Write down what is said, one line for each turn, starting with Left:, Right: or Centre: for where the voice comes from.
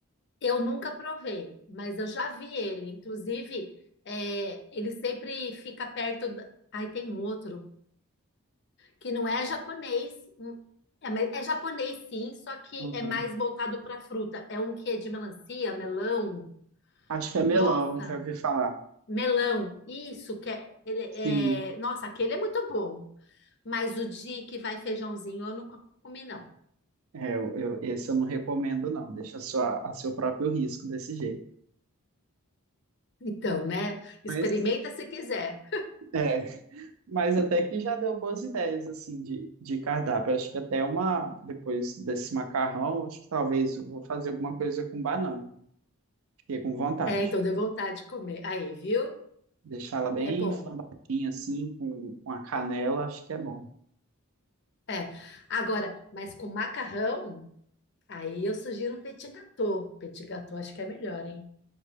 Left: eu nunca provei, mas eu já vi ele. Inclusive, é, ele sempre fica perto. da- Ai, tem um outro. que não é japonês. hum, É, mas é japonês, sim, só que
Right: Uhum.
Left: é mais voltado para fruta. É um que é de melancia, melão.
Right: Acho que é melão,
Left: Nossa,
Right: já ouvi falar.
Left: melão. Isso que é, ele é-
Right: Sim,
Left: Nossa, aquele é muito bom. Mas o de que vai feijãozinho, eu não co- comi, não.
Right: é, eu, eu- esse eu não recomendo, não. Deixa a, sua, a seu próprio risco desse jeito.
Left: Então, né? Experimenta
Right: Mas,
Left: se quiser.
Right: é, mas até que já deu boas ideias, assim, de, de cardápio. Acho que até uma, depois desse macarrão, acho que talvez eu vou fazer alguma coisa com banana. Fiquei com vontade.
Left: É, então deu vontade de comer. Aí, viu?
Right: Deixá-la bem
Left: É bom.
Right: flambadinha, assim, com, com a canela, acho que é bom.
Left: É. Agora, mas com macarrão, aí eu sugiro um petit gâteau. Petit gâteau acho que é melhor, hein?